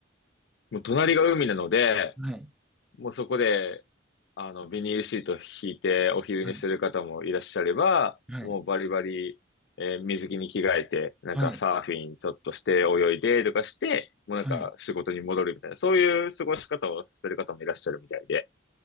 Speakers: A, on the left; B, in the centre.
A: もう隣が海なので、
B: はい。
A: もうそこで、あの、ビニールシート引いてお昼寝してる方もいらっしゃれば、
B: はい。はい。
A: もうバリバリ、えー水着に着替えて、なんかサーフィンちょっとして泳いでとかして、
B: はい。
A: もうなんか仕事に戻るみたいな、
B: はい。
A: そういう過ごし方をしてる方もいらっしゃるみたいで。